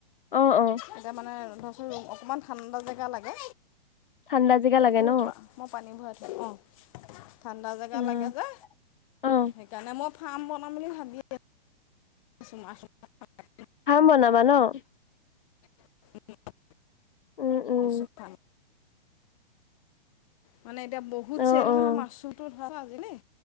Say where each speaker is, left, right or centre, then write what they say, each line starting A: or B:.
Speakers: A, on the left; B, on the left.
A: আহ', - অ',
B: এতিয়া মানে ধৰচোন ৰুম অকণমান ঠাণ্ডা জেগা লাগে
A: ঠাণ্ডা জেগা লাগে
B: এইটো
A: ন?
B: থোৱা মই পানী ভৰাই অঁ ঠাণ্ডা জেগা
A: অ',
B: লাগে যে
A: অ',
B: সেইকাৰণে মই। ফাৰ্ম বনাম বুলি ভাবিয়। কিছুমান আচ <unintelligible>
A: ফাৰ্ম বনাবা ন?
B: উম
A: উম, উম,
B: ছুখা। মানে এতিয়া বহুত
A: অ',
B: চেল
A: অ',
B: হয় মাছতটো ধৰা আজিলেই